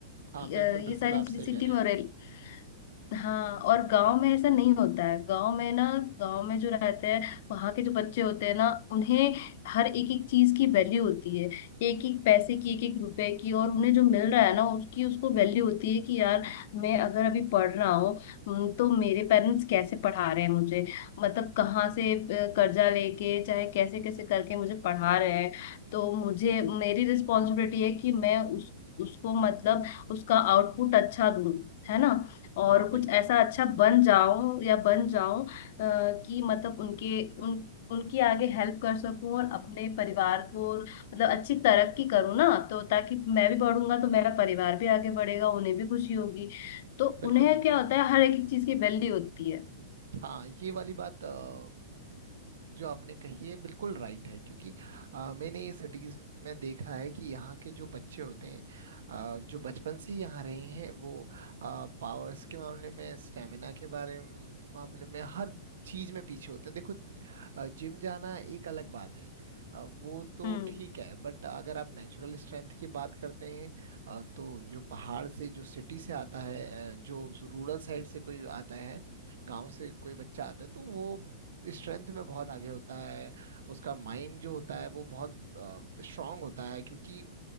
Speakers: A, on the right; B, on the left.
A: हाँ
B: अ, ये
A: बिल्कुल बिल्कुल
B: सारी
A: आप
B: चीजें
A: सही कह
B: सिटी
A: रहे
B: में हो
A: हैं
B: रही हाँ और गांव में ऐसा नहीं होता है गांव में ना गांव में जो रहते हैं वहां के जो बच्चे होते हैं ना उन्हें हर एक एक चीज की वैल्यू होती है एक एक पैसे की एक एक रुपए की और उन्हें जो मिल रहा है ना उसकी उसको वैल्यू होती है कि यार मैं अगर अभी पढ़ रहा हूँ हम्म, तो मेरे पेरेंट्स कैसे पढ़ा रहे हैं मुझे मतलब कहाँ से अ, कर्जा लेके चाहे कैसे कैसे करके मुझे पढ़ा रहे हैं तो मुझे मेरी रिस्पॉन्सिबिलिटी है कि मैं उस उसको मतलब उसका आउटपुट अच्छा दूं है ना और
A: हाँ बिल्कुल
B: कुछ ऐसा अच्छा बन जाऊं या बन जाऊं अ, कि मतलब उनके उन उनकी आगे हेल्प कर सकूं और अपने परिवार को और मतलब अच्छी तरक्की करूं ना तो ताकि मैं भी बढ़ूंगा तो मेरा परिवार भी आगे बढ़ेगा उन्हें भी खुशी होगी तो उन्हें
A: बिल्कुल बिल्कुल
B: क्या होता है हर एक एक चीज की वैल्यू होती है
A: हाँ ये वाली बात अ, जो आपने कही है बिल्कुल राइट है क्योंकि अ, मैंने ये सिटीज में देखा है कि यहाँ के जो बच्चे होते हैं अ, जो बचपन से ही यहाँ रहे हैं वो पावर्स के मामले में स्टेमिना के बारे में मामले में हर चीज में पीछे होते हैं देखो जिम जाना एक अलग बात है अ, वो तो
B: हम्म
A: ठीक है बट अगर आप नेचुरल स्ट्रेंथ की बात करते हैं अ, तो जो पहाड़ से जो सिटी से आता है अ, जो रूरल साइड से कोई आता है गांव से कोई बच्चा आता है तो वो स्ट्रेंथ में बहुत आगे होता है उसका माइंड जो होता है वो बहुत स्ट्रांग होता है क्योंकि